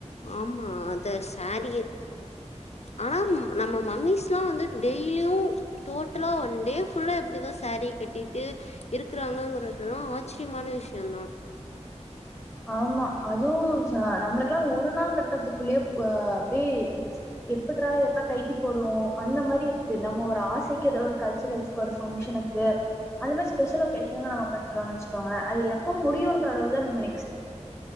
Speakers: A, on the left; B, in the centre.
A: ஆமா அது சாரீ ஆனா ம் நம்ம மம்மீஸ்லா வந்து டெய்லியு டோட்டலா வன் டே ஃபுல்லா எப்டிதா சேரீ கட்டீட்டு இருக்குறாங்கங்குறதுல்லா ஆச்சியமான விஷ்யோந்தா
B: ஆமா அதுவு ச நம்ளுக்லா ஒரு நாள் கட்டற்துக்குள்ளியே வ அப்டி எப்புட்றா எப் ப்ப கைட்டி போடுவோ அந்த மாரி இருக்கு நம்ம ஒரு ஆசைக்கு எதோ ஒரு கல்சுரல்சுக்கு ஒரு ஃபங்ஷனுக்கு அந்த மாரி ஸ்பெஷல் ஒகேஷன்கு நாம கட்ரோமனு வச்சுக்கோங்கள அது எப்ப முடியுன்ற அளவு தா நம்ம நெ